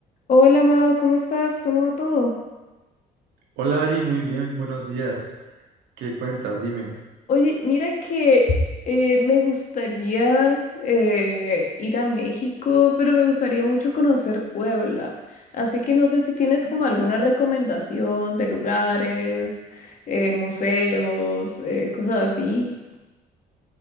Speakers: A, on the left; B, on the right.
A: Hola, Amado, ¿cómo estás? ¿Cómo va todo?
B: Hola Ari, muy bien, buenos días. ¿Qué cuentas? Dime.
A: Oye, mira que eh, me gustaría eh, ir a México, pero me gustaría mucho conocer Puebla. Así que no sé si tienes como alguna recomendación de lugares, eh, museos, eh, cosas así.